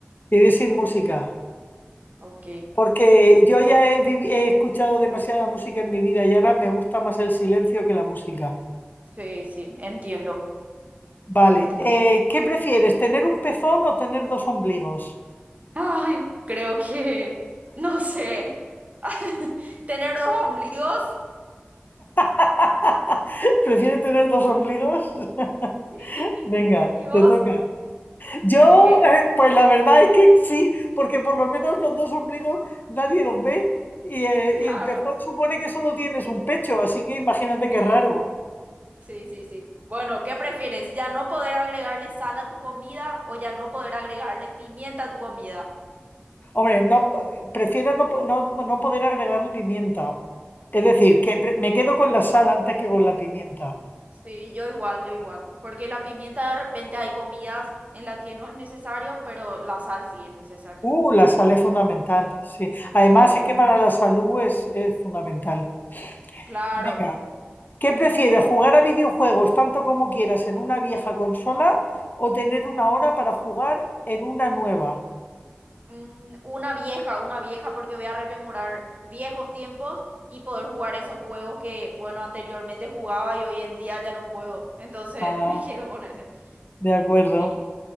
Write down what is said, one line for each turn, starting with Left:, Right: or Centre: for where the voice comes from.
Left: iré sin música,
Right: Ok,
Left: porque yo ya he, vivi- he escuchado demasiada música en mi vida y ahora me gusta más el silencio que la música.
Right: sí, sí, entiendo,
Left: Vale,
Right: entiendo.
Left: eh, ¿qué prefieres, tener un pezón o tener dos ombligos?
Right: Ay, creo que, no sé, <laughs> tener dos ombligos,
Left: <laughs> ¿Prefiere tener dos ombligos? <laughs>
Right: sí. <laughs>
Left: Venga,
Right: ¿Y vos?
Left: te toca. Yo,
Right: Ok,
Left: eh, pues la verdad es que sí, porque por lo menos los dos ombligos nadie los ve y, eh,
Right: claro,
Left: y el pezón supone que solo tienes un pecho, así que imagínate qué
Right: sí,
Left: raro.
Right: sí, sí, sí. Bueno, ¿qué prefieres? ¿Ya no poder agregarle sal a tu comida o ya no poder agregarle pimienta a tu comida?
Left: Hombre, no, prefiero no, po- no- no poder agregar pimienta. Es decir,
Right: Sí,
Left: que pre- me quedo con la sal antes que con la pimienta.
Right: sí, yo igual, yo igual. Porque la pimienta de repente hay comidas en las que no es necesario, pero la sal sí es necesaria.
Left: Uh, la sal es fundamental, sí. Además,
Right: Sí,
Left: es que para la salud es, es fundamental.
Right: claro.
Left: Venga, ¿Qué prefieres, jugar a videojuegos tanto como quieras en una vieja consola o tener una hora para jugar en una nueva?
Right: Mm, Una vieja, una vieja, porque voy a rememorar viejos tiempos y poder jugar esos juegos que, bueno, anteriormente jugaba y hoy en día ya no puedo. Entonces
Left: Ah,
Right: <laughs> me quedo con ese.
Left: de acuerdo.
Right: Ok.